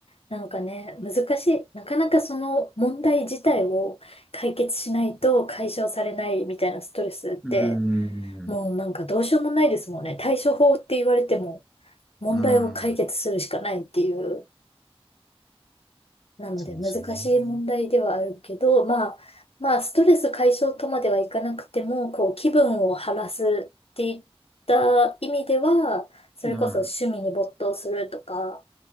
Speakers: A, on the left; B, in the centre.
A: なんかね、難しい。なかなかその問題自体を解決しないと解消されないみたいなストレスって、
B: うー
A: もうなんかどうしようもないですもんね。
B: ん。
A: 対処法って言われても、問題を解決するしかないっていう。
B: うーん。
A: なので難しい問題ではあるけど、
B: そうですね。
A: まあ、まあ、ストレス解消とまではいかなくても、こう、気分を晴らすっていった意味では、それこそ趣味に没頭するとか、
B: うん。